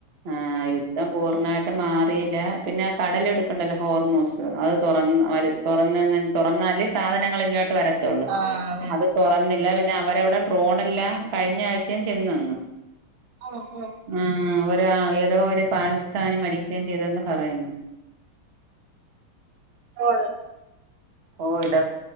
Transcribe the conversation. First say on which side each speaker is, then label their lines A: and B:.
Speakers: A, on the right; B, on the right.
A: ആ യുദ്ധം പൂർണ്ണമായിട്ട് മാറിയില്ല പിന്നെ ആ കടലിടുക്കൊണ്ടല്ലോ ഹോർമോസ് അത് തൊറന്നാല് തൊറന്നെന്ന് തൊറന്നാല് സാധനങ്ങൾ ഇങ്ങോട്ട് വര ത്തോള്ളു
B: ആഹ്
A: അത് തൊറന്നില്ല പിന്നെ അവരവിടെ ട്രോണെല്ലാം കഴിഞ്ഞ ആഴ്ചയും ചെന്നുനിന്നു
B: ഓ ഓ
A: ഉം ഒരു ആ ഏതോ ഒരു പാകിസ്ഥാനി മരിക്കുകയും ചെയ്തെന്ന് പറയുന്നു
B: ഇപ്പൊഴാ
A: ഓ ഇട്